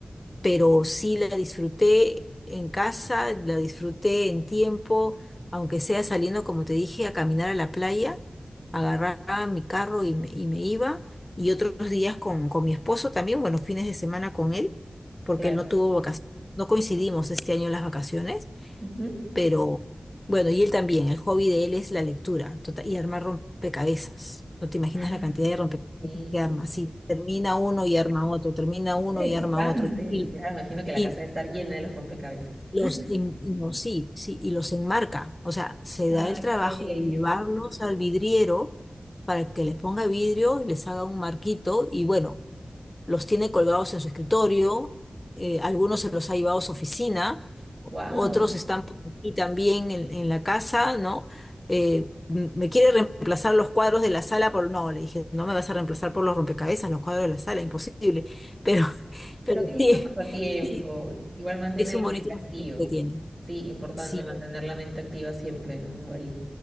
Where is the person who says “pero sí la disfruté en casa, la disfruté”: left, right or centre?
Left